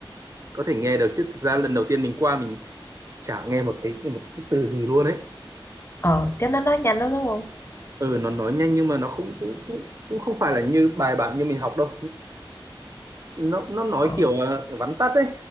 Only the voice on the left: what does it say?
ờ chắc nó nói nhanh lắm đúng không
ờ